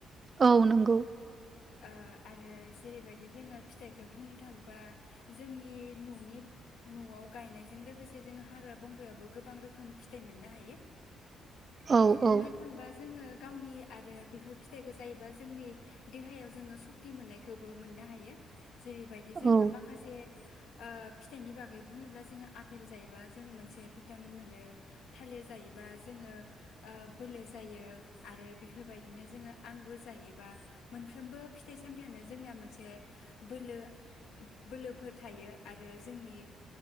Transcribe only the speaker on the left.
ओ आरो जेरैबायदि जोङो फिथाइखो बुंनो थाङोबा जोंनि न'नि न'आव गायनायजों लोगोसे जोङो हाग्रा बंग्रायावबो गोबां रोखोमनि फिथाइ मोननो हायो।
बुंनो थाङोबा जोङो गावनि आरो बेफोर फिथाइखौ जायोबा जोंनि देहायाव जोङो सक्ति मोननायखौबो मोननो हायो। जेरैबायदि
जोङो माखासे ओ फिथ फिथायनि बाग। गै बुङोब्ला जोङो आफेल जायोबा जों मोनसे भिटामिन मोनो थालिर जायोबा जोङो ओ बोलो जायो आरो बेफोरबायदिनो जोङो आंगुर जायोबा मोनफ्रोमबो फिथाइ सामथायाइनो जोंनाया मोनसे बोलो बोलोफोर थायो आरो जोंनि।